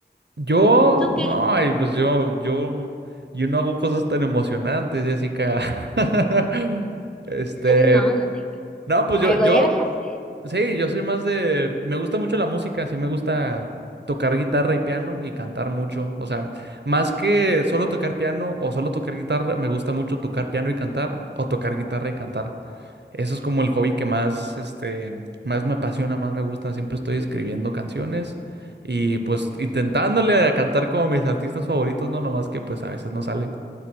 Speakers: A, on the right; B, in the centre.
A: Yo,
B: ¿Tú
A: no,
B: qué?
A: ay, pues yo, yo, yo no hago cosas tan emocionantes, Jessica. <laughs> Este,
B: No, no te...
A: no, pues
B: Algo
A: yo, yo,
B: debes hacer.
A: sí, yo soy más de, me gusta mucho la música, sí me gusta tocar guitarra y piano y cantar mucho. O sea, más que solo tocar piano o solo tocar guitarra, me gusta mucho tocar piano y cantar o tocar guitarra y cantar. Eso es como el hobby que más, este, más me apasiona, más me gusta. Siempre estoy escribiendo canciones y pues intentándole a cantar como mis artistas favoritos, no nomás que pues a veces no sale.